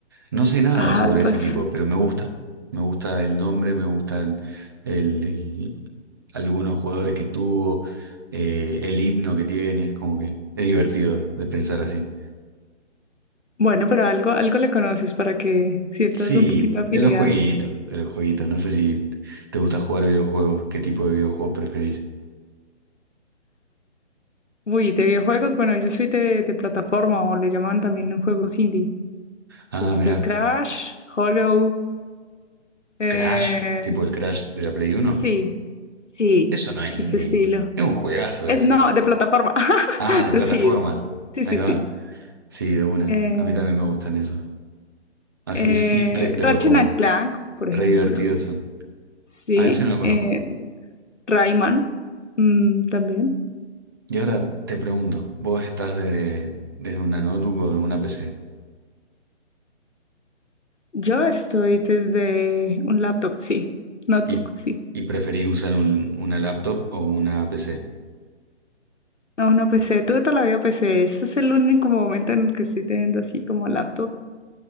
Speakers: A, on the right; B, on the left.
A: No sé nada
B: Ah,
A: sobre
B: pues
A: ese equipo, pero me gusta. Me gusta el nombre, me gustan el- el- algunos jugadores que tuvo, eh, el himno que tiene, es como que es divertido de pensar así.
B: bueno, pero algo, algo le conoces para que sientas
A: Sí,
B: un poquito de afinidad.
A: de los jueguitos, de los jueguitos. No sé si te gusta jugar videojuegos, qué tipo de videojuegos preferís.
B: Uy, de videojuegos, bueno, yo soy de, de plataforma o le llaman también en juegos indie.
A: Ah,
B: Entonces,
A: mirá,
B: de Crash, Hollow. eh,
A: Crash, tipo el Crash de la Play Uno.
B: Sí, sí,
A: Eso no es indie,
B: ese estilo.
A: es un juegazo
B: Es
A: ese.
B: no, de plataforma, <laughs>
A: Ah, de
B: pero
A: plataforma.
B: sí, sí,
A: Ahí
B: sí,
A: va.
B: sí.
A: Sí, de una.
B: Eh,
A: A mí también me gustan esos. Así
B: eh,
A: simples, pero
B: Ratchet
A: como
B: and Clank, por
A: re
B: ejemplo.
A: divertidos son.
B: Sí,
A: A ese no lo conozco.
B: eh, Rayman, mm, también.
A: Y ahora te pregunto, vos estás desde, desde una notebook o de una PC
B: Yo estoy desde un laptop, sí, notebook,
A: y,
B: sí.
A: y preferís usar un- una laptop o una PC?
B: a una PC, tuve toda la vida PC. Este es el único momento en el que estoy teniendo así como laptop.